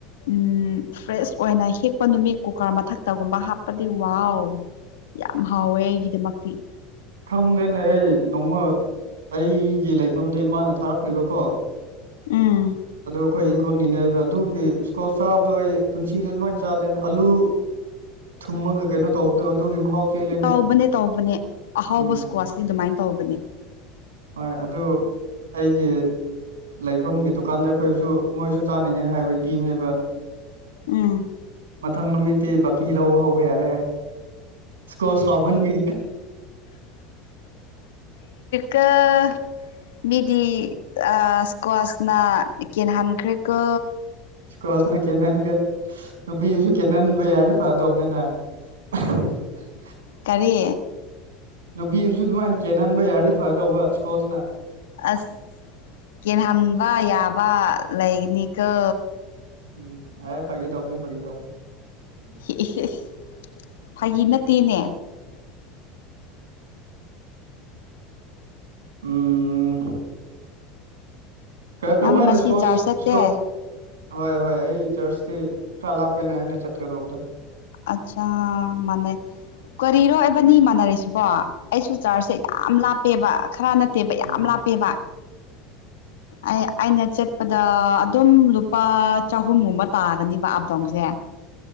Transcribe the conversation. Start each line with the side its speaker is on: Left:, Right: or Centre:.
Left: ꯎꯃ ꯐ꯭ꯔꯦꯁ ꯑꯣꯏꯅ ꯍꯦꯛꯄ ꯅꯨꯃꯤꯠ ꯀꯨꯀꯔ ꯃꯊꯛꯇꯒꯨꯝꯕ ꯍꯥꯞꯄꯗꯤ ꯋꯥꯎ ꯌꯥꯝ ꯍꯥꯎꯋꯦ ꯑꯩꯒꯤꯗꯃꯛꯇꯤ
Right: ꯈꯪꯗꯦꯅꯦ ꯑꯩ ꯅꯣꯡꯃ ꯑꯩꯒꯤ ꯂꯩꯐꯝꯗ ꯏꯃꯥꯅ ꯊꯥꯔꯛꯇꯩꯕꯀꯣ
Left: ꯎꯝ
Right: ꯑꯗꯣ ꯑꯩꯈꯣꯏ ꯏꯈꯣꯟꯒꯤꯅꯦꯕ ꯑꯗꯨꯒꯤ ꯏ꯭ꯁꯀꯣꯁ ꯆꯥꯕꯗꯣ ꯑꯩ ꯄꯨꯟꯁꯤꯗ ꯑꯗꯨꯃꯥꯏꯟ ꯆꯥꯗꯦꯅ ꯑꯂꯨ ꯊꯨꯝꯃꯒ ꯀꯩꯅꯣ ꯇꯧꯕꯗꯣ ꯑꯗꯨꯒꯤ ꯃꯍꯥꯎ ꯆꯦꯜꯂꯦꯅꯦ
Left: ꯇꯧꯕꯅꯦ ꯇꯧꯕꯅꯦ ꯑꯍꯥꯎꯕ
Right: ꯎꯝ
Left: ꯏꯁꯀ꯭ꯋꯥꯗꯤ ꯑꯗꯨꯃꯥꯏ ꯇꯧꯕꯅꯦ
Right: ꯍꯣꯏ ꯑꯗꯨ ꯑꯩꯒꯤ ꯂꯩꯐꯝꯒꯤ ꯗꯨꯀꯥꯟꯗ ꯑꯩꯈꯣꯏꯁꯨ ꯃꯣꯏꯁꯨ ꯆꯥꯅꯤꯡꯉꯥꯏꯅ ꯍꯥꯏꯕꯩ ꯄꯤꯕꯅꯦꯕ
Left: ꯎꯝ
Right: ꯃꯊꯪ ꯅꯨꯃꯤꯠꯇꯤ ꯕꯥꯀꯤ ꯂꯧꯕ ꯍꯧꯕ ꯌꯥꯔꯦ ꯏ꯭ꯁꯀꯣꯁ ꯍꯥꯎꯃꯟꯕꯒꯤ
Left: ꯗ ꯃꯤꯗꯤ ꯑꯥ ꯏ꯭ꯁꯀ꯭ꯋꯥꯁꯅ ꯏꯀꯦꯟ ꯍꯥꯟꯈ꯭ꯔꯦꯀꯣ
Right: ꯀ꯭ꯔꯣꯁꯅ ꯀꯦꯟꯍꯟꯒ꯭ꯔꯦ ꯅꯨꯄꯤꯕꯨꯁꯨ ꯀꯦꯍꯟꯕ ꯌꯥꯔꯗꯤ ꯐꯗꯧꯅꯤꯅꯦ <unintelligible>
Left: ꯀꯔꯤ
Right: ꯅꯨꯄꯤꯕꯨꯁꯨ ꯑꯗꯨꯃꯥꯏꯅ ꯀꯦꯟꯍꯟꯕ ꯌꯥꯔꯗꯤ ꯐꯒꯗꯧꯕ ꯁ꯭ꯀꯣꯁꯅ
Left: ꯑ꯭ꯁ ꯀꯦꯟꯍꯟꯕ ꯌꯥꯕ ꯂꯩꯒꯅꯤꯀꯣ
Right: ꯎꯝ ꯑꯦ ꯐꯥꯒꯤ ꯇꯧꯕꯅꯦ ꯐꯥꯒꯤ ꯇꯧ
Left: ꯏꯁ ꯏꯁ ꯐꯥꯒꯤ ꯅꯠꯇꯦꯅꯦ
Right: ꯎꯝ ꯀ꯭ꯔꯗꯨꯃꯥꯏꯅ
Left: ꯅꯪ ꯉꯁꯤ
Right: ꯁ꯭ꯀꯣꯁ
Left: ꯆꯥꯔꯖ ꯆꯠꯇꯦ
Right: ꯁꯀꯣꯠ ꯍꯣꯏ ꯍꯣꯏ ꯑꯩ ꯆ꯭ꯔꯁꯇꯤ ꯈꯔ ꯂꯥꯞꯄꯦꯅꯦ ꯑꯩꯅ ꯆꯠꯀꯗꯧꯗꯣ
Left: ꯑꯆꯥ ꯃꯅ ꯀꯔꯤꯔꯣ ꯑꯦꯕꯥꯅꯤ ꯃꯥꯟꯅꯔꯤꯁꯤꯕꯣ ꯑꯩꯁꯨ ꯆꯥꯔꯁꯁꯦ ꯌꯥꯝ ꯂꯥꯞꯄꯦꯕ ꯈꯔ ꯅꯠꯇꯦꯕ
Right: ꯎꯝ
Left: ꯌꯥꯝ ꯂꯥꯞꯄꯦꯕ ꯑꯩ ꯑꯩꯅ ꯆꯠꯄꯗ ꯑꯗꯨꯝ ꯂꯨꯞ ꯂꯨꯄꯥ ꯆꯍꯨꯝꯒꯨꯝꯕ ꯇꯥꯒꯅꯤꯕ ꯑꯞ ꯗꯥꯎꯟꯁꯦ